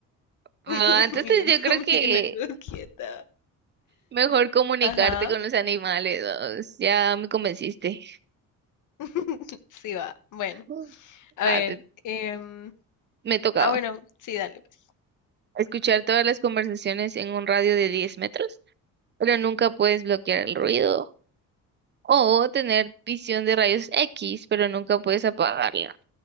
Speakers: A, on the right; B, on the left.
A: Ah,
B: <laughs>
A: entonces
B: Yo
A: yo creo
B: también
A: que
B: hago quieta.
A: mejor comunicarte
B: Ajá.
A: con los animales, vamos. Ya me convenciste.
B: <laughs> Sí va. Bueno,
A: Mm.
B: a
A: Ah,
B: ver.
A: te-
B: em,
A: me tocaba
B: ah, bueno, sí, dale. pues.
A: escuchar todas las conversaciones en un radio de 10 metros, pero nunca puedes bloquear el ruido O tener visión de rayos X, pero nunca puedes apagarla.